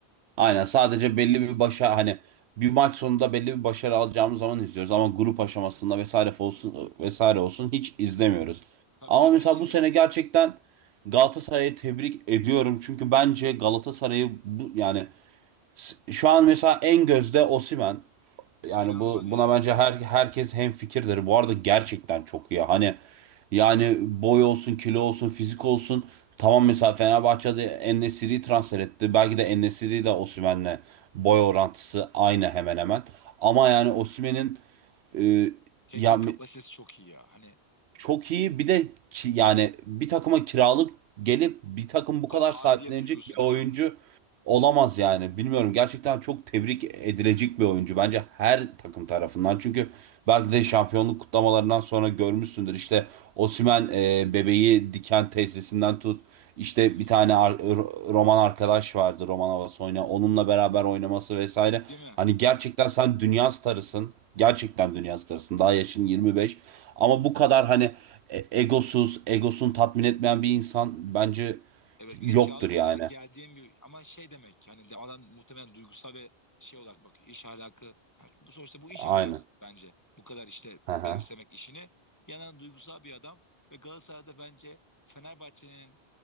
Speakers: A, on the right (about 75°); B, on the left (about 15°).
A: Aynen. Sadece belli bir başa hani bir maç sonunda belli bir başarı alacağımız zaman izliyoruz ama grup aşamasında vesaire olsun vesaire olsun hiç izlemiyoruz.
B: Tabii
A: Ama
B: canım
A: mesela
B: hiç izlemiyoruz.
A: bu sene gerçekten Galatasaray'ı tebrik ediyorum. Çünkü bence Galatasaray'ı bu, yani şu an mesela en gözde Osimhen Yani
B: İnanılmaz
A: bu buna
B: iyi ya.
A: bence her herkes hemfikirdir. Bu arada gerçekten çok iyi. Hani yani boy olsun, kilo olsun, fizik olsun. Tamam mesela Fenerbahçe'de En-Nesyri'yi transfer etti. Belki de En-Nesyri de Osimhen'le boy orantısı aynı hemen hemen. Ama
B: Hı hı.
A: yani Osimhen'in e,
B: Teknik
A: ya
B: kapasitesi çok iyi ya. Hani
A: çok iyi. Bir de ki, yani bir takıma kiralık gelip bir takım
B: bu
A: bu
B: kadar
A: kadar
B: aidiyet
A: sahiplenecek
B: duygusu
A: bir
B: değil
A: oyuncu
B: mi? <laughs>
A: olamaz yani. Bilmiyorum gerçekten çok tebrik edilecek bir oyuncu bence her takım tarafından. Çünkü belki de şampiyonluk kutlamalarından sonra görmüşsündür. İşte Osimhen e, bebeği diken tesisinden tut. İşte
B: Hı
A: bir
B: hı.
A: tane ar- Ro- Roman arkadaş vardı Roman Avasoyna. Onunla beraber oynaması vesaire.
B: Değil mi?
A: Hani gerçekten sen dünya starısın. Gerçekten dünya starısın. Daha yaşın 25. Ama bu kadar hani e- egosuz, egosunu tatmin etmeyen bir insan bence
B: Evet bir
A: yoktur
B: de kiralık
A: yani.
B: olarak geldiğim bir ama şey demek ki, hani de adam muhtemelen duygusal ve şey olarak bakıyor iş ahlakı yani bu sonuçta bu iş
A: Aynen.
B: ahlakı bence bu kadar işte
A: Hı hı.
B: benimsemek işini yanan duygusal bir adam ve Galatasaray'da bence Fenerbahçe'nin